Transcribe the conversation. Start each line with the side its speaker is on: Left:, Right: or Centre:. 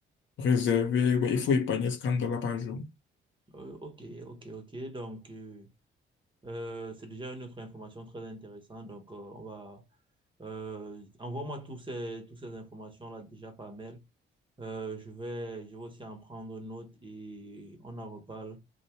Left: réserver, ouais, il faut épargner 50 dollars par jour.
Right: Euh, ok, ok, ok. Donc, euh, euh, c'est déjà une autre information très intéressante. Donc, euh, on va, Euh, envoie-moi tous ces, toutes ces informations-là déjà par mail. Euh, je vais, je vais aussi en prendre note et on en reparle